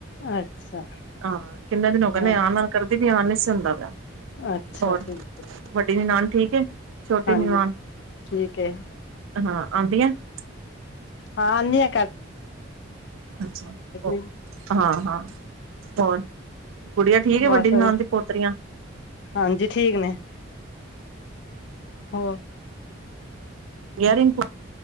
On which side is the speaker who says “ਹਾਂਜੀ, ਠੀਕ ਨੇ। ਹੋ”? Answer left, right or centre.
Left